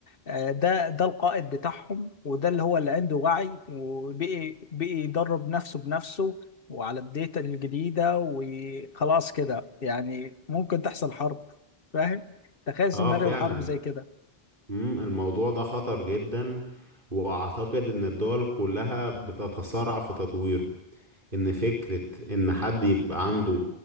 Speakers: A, on the left (about 60°); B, on the right (about 55°).
A: آه، ده ده القائد بتاعهم وده اللي هو اللي عنده وعي وبقي بقي يدرب نفسه بنفسه وعلى الداتا الجديدة وخلاص كده يعني ممكن تحصل حرب فاهم تخيل سيناريو
B: اه فعلا
A: الحرب زي كده
B: مم، الموضوع ده خطر جدا واعتقد ان الدول كلها بتتسارع في تطويره ان فكرة ان حد يبقى عنده